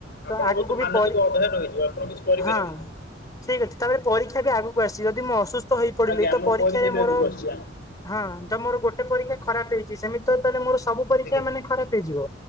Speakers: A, on the left; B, on the left.
A: ଆପଣଙ୍କ
B: ଆଗକୁ
A: ତ
B: ବି
A: ମାନସିକ
B: ପରୀ
A: ଅଧୟନ ହେଇଯିବ ଆପଣ କିଛି କରିପାରିବେନି।
B: ହଁ। ଠିକ ଅଛି ତାପରେ ପରୀକ୍ଷା ବି ଆଗକୁ ଆସିଚି ଯଦି ମୁଁ ଅସୁସ୍ଥ ହେଇ ପଡିଲି
A: ଆଜ୍ଞା
B: ତ
A: ଆମର
B: ପରୀକ୍ଷାରେ
A: ପରୀକ୍ଷା ବି
B: ମୋର
A: ଆଗକୁ ଆସୁଛି ଆ
B: ହଁ ତ ମୋର ଗୋଟେ ପରୀକ୍ଷା ଖରାପ ହେଇଛି ସେମି ତ ତାହେଲେ ମୋର ସବୁ ପରୀକ୍ଷା
A: ଆଜ୍ଞା
B: ମାନେ ଖରାପ ହେଇଯିବ।